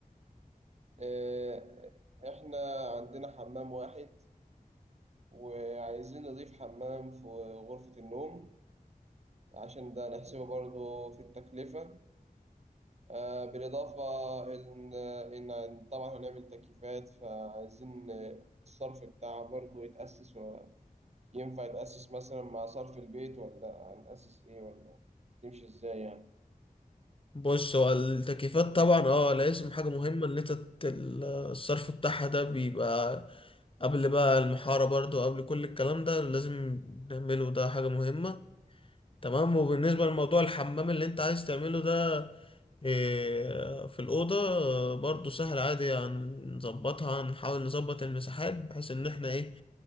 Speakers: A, on the right; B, on the left.
A: آه، احنا عندنا حمام واحد وعايزين نضيف حمام في غرفة النوم عشان ده نحسبه برضه في التكلفة آه، بالإضافة إن إن طبعا هنعمل تكييفات فعايزين آه، الصرف بتاعها برضه يتأسس وينفع يتأسس مثلا مع صرف البيت ولا هنأسس إيه ولا تمشي إزاي يعني
B: بص هو التكييفات طبعا اه لازم حاجة مهمة ان انت ت- الصرف بتاعها ده بيبقى قبل بقى المحارة برضو قبل كل الكلام ده لازم نعمله ده حاجة مهمة تمام وبالنسبة لموضوع الحمام اللي انت عايز تعمله ده إيه، في الأوضة آه، برضو سهل عادي هنظبطها هنحاول نظبط المساحات بحيث ان احنا ايه